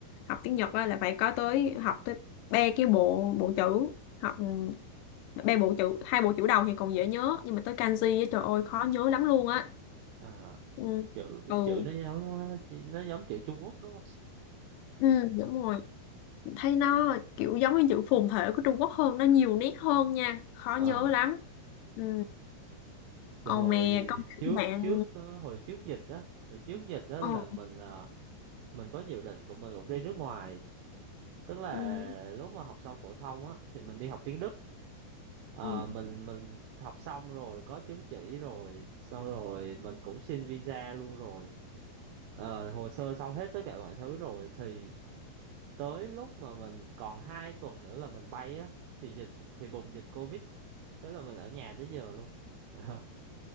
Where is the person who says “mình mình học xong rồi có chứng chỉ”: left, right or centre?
Right